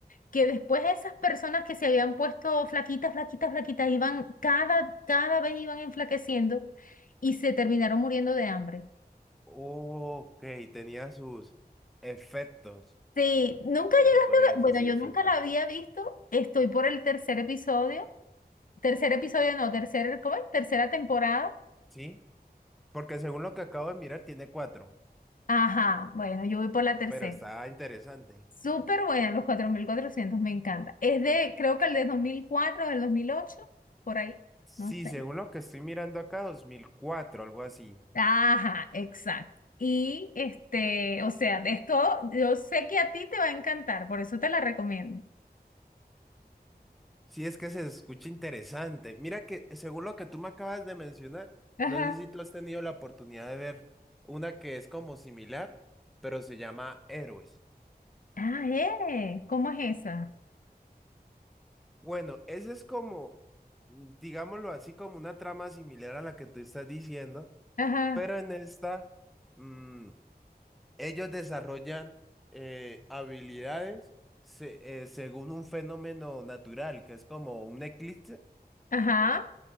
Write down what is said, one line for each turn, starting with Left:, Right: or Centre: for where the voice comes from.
Left: que después esas personas que se habían puesto flaquitas, flaquitas, flaquitas, iban, cada, cada vez iban enflaqueciendo y se terminaron muriendo de hambre.
Centre: Ok, tenía sus efectos,
Left: Sí, nunca llegaste
Centre: si se podría
Left: a ver,
Centre: decir,
Left: bueno,
Centre: sí,
Left: yo
Centre: efectos.
Left: nunca la había visto, estoy por el tercer episodio, tercer episodio no, tercer, ¿cómo es? Tercera temporada.
Centre: Sí, porque según lo que acabo de mirar, tiene cuatro,
Left: Ajá, bueno, yo voy por la tercera.
Centre: pero está interesante.
Left: Súper buena, los 4.400, me encanta. Es de, creo que el de 2004, del 2008, por ahí,
Centre: Sí,
Left: no sé.
Centre: según lo que estoy mirando acá, 2004, algo así.
Left: Ajá, exacto. Y este, o sea, de esto, yo sé que a ti te va a encantar, por eso te la recomiendo.
Centre: Sí, es que se escucha interesante. Mira que según lo que tú me acabas de mencionar,
Left: Ajá,
Centre: no sé si tú has tenido la oportunidad de ver una que es como similar, pero se llama Héroes.
Left: Ah, eh, ¿cómo es esa?
Centre: Bueno, esa es como, mm, digámoslo así, como una trama similar a la que tú estás diciendo,
Left: Ajá.
Centre: pero en esta, mm, ellos desarrollan eh, habilidades se- eh, según un fenómeno natural, que es como un eclipse
Left: ajá.